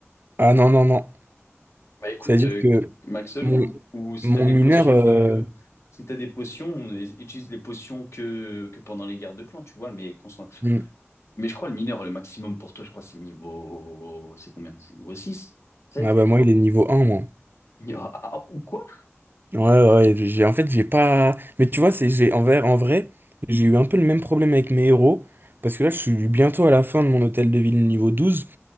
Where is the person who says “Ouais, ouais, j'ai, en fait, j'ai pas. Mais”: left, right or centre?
Right